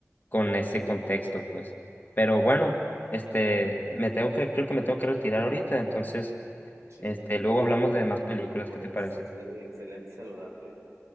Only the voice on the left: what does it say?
con ese contexto, pues. Pero bueno,
este, me tengo que, creo que me tengo que retirar ahorita, entonces,
este,
luego
hablamos de más
películas,
¿qué te parece?